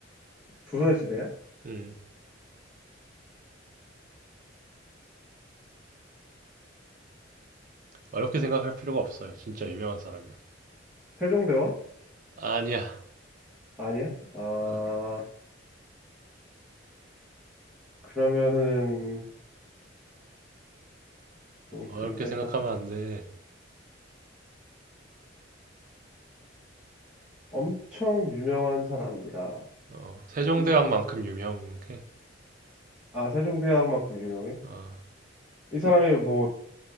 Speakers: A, in the centre; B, on the right.
A: 조선시대야?
B: 음, 어렵게 생각할 필요가 없어요. 진짜 유명한 사람이야.
A: 세종대왕?
B: 아니야.
A: 아니야? 아,
B: 어,
A: 그러면은, 음,
B: 어렵게
A: 근대
B: 생각하면
A: 사투리.
B: 안 돼.
A: 엄청 유명한 사람이라.
B: 어, 세종대왕만큼
A: 이, 이
B: 유명해.
A: 아, 세종대왕만큼 유명해?
B: 어,
A: 이 사람이 뭐